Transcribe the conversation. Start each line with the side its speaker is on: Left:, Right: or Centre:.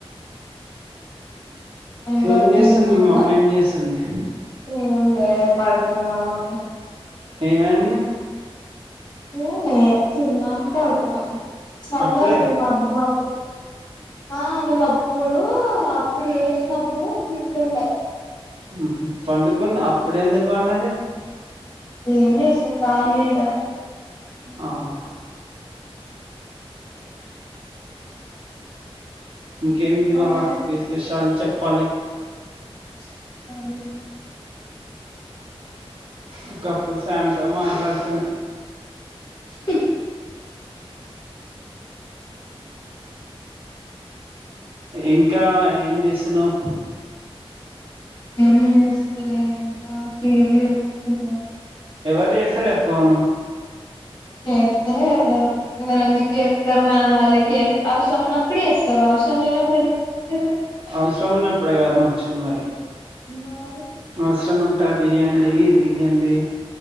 Left: నెంబర్
Right: ఏం
Left: టెన్
Right: చేస్తుంది
Left: అంట
Right: మీ మమ్మీ ఏం చేస్తుంది
Left: ఏ <unintelligible> ఏ పడుకుంది మా మమ్మీ
Right: ఏమైంది
Left: ఏంలే తిన్నాం పడుకున్నా చల్ల
Right: అప్పుడే
Left: ఉంది మబ్బు మబ్బు ఆ నువ్ అప్పుడూ అప్పుడు ఏసినప్పుడు తింటుండే
Right: ఉహు పండుకున్న అప్పుడే ఎందుకు వన్నది
Left: ఏమ్ జేస్సది ఖాళీయేగా
Right: ఆహా ఇంకేమ్ది
Left: ఇంకో
Right: మళ్ల
Left: మరి
Right: విశేషాలు చెప్పాలి
Left: చెప్పాలి
Right: ఒకప్పుడు స్యామ్ తో మాట్లాడుతుండే
Left: హి
Right: ఇంకా ఏం జేస్సున్నవ్
Left: ఏమి జేస్తలేన్ ఇంకా టీవీ జూస్తున్నా
Right: ఎవరు జేస్తలే ఫోను
Left: చేస్తాలే ఎవరు, ఎవరు ఎందుకు ఏస్తరు మనం వాళ్లకి ఏస్తే అవసరం ఉన్నప్పుడు చేస్సరు. అవసరం లేనప్పుడు ఎందుకు ఏస్తరు
Right: అవసరం ఉన్నప్పుడే గదా మనుషులు మరి
Left: మరి
Right: అవసరం ఉన్ ట దీయండి ఇది ఇయండి